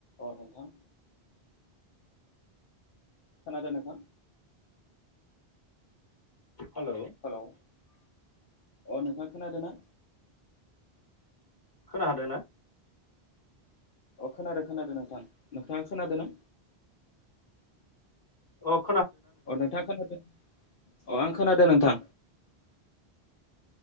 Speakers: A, on the left (about 60°); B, on the left (about 20°).
A: अ नोथां खोनादो नोंथां
B: हेलौ
A: हेल' अ नोंथाङा खोनादों ना
B: खोना हादोंना
A: अ खोनादों खोनादों नोंथां नोंथा खोनादों न
B: अक
A: अ नोंथां खोनादों अ आं खोनादों नोंथां